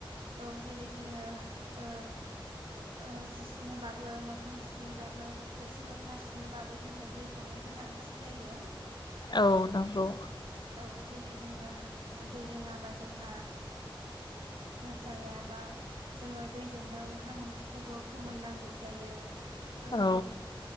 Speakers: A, on the right; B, on the left.
A: औ जेरै जोङो ओ ओ‌ जि सुनोबाबो मोखां सुनोबाबो थोरसि लथा सुनोबाबो जोंनो दैखौनो गोनांथि जायो।
B: औ नोंगौ।
A: औ जेरै जोंनो दै लोङाबा जोंहा जायाबा जोङो दैजोंनो ओंखाम ओंख्रिखौबो फोमोननांगौ जायो। ओ
B: औ
A: बिनि